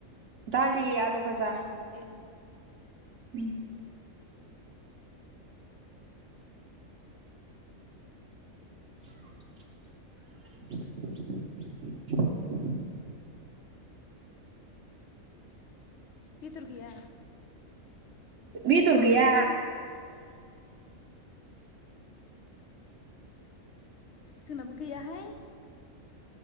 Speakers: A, on the right; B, on the left.
A: दालि आलु भाजा।
B: द <unintelligible>
A: उम <inaudible>
B: बेदर गैया?
A: बेदर गैया।
B: जोंनाबो गैयाहाय।